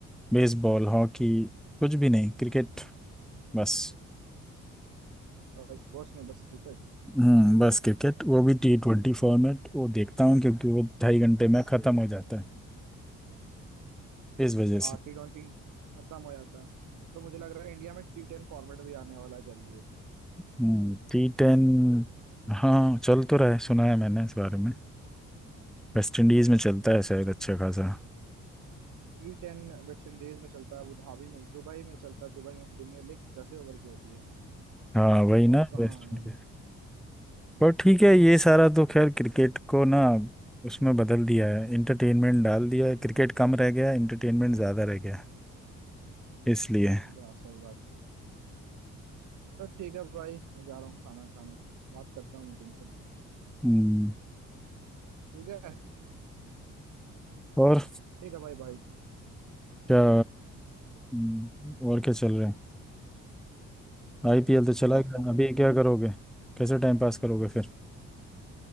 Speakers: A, in the centre; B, on the right.
A: बेसबॉल हॉकी कुछ भी नहीं क्रिकेट बस
B: और स्पोर्ट्स में बस क्रिकेट
A: हम्म बस क्रिकेट वो भी टी ट्वेंटी फॉर्मेट वो देखता हूँ क्योंकि वो ढाई घंटे में ख़त्म हो जाता है इस वजह
B: हाँ
A: से
B: टी ट्वेंटी खत्म हो जाता है अब तो मुझे लग रहा है इंडिया में टी टेन फॉर्मेट भी आने वाला है जल्दी
A: हम्म टी टेन हाँ चल तो रहा है सुना है मैंने इस बारे में वेस्ट इंडीज़ में चलता है शायद अच्छा खासा
B: टी टेन वेस्टइंडीज में चलता है अबू धाबी में दुबई में चलता है दुबई में प्रीमियर लीग दस ओवर की होती है
A: हाँ वही ना
B: और कहाँ
A: वेस्ट इंडीज
B: है
A: पर ठीक है ये सारा तो खैर क्रिकेट को ना उसमें बदल दिया है इंटरटेनमेंट डाल दिया है क्रिकेट कम रह गया इंटरटेनमेंट ज़्यादा रह गया इसलिए
B: जा सही बात है चलो ठीक है भाई मैं जा रहा हूँ खाना खाने बात करता हूँ मैं तुमसे
A: हम्म
B: ठीक है
A: और
B: ठीक है भाई भाई
A: क्या हम्म, और क्या चल रहा है आईपीएल तो चला
B: और
A: गया
B: सब बढ़िया
A: अभी क्या
B: है
A: करोगे कैसे टाइम पास करोगे फिर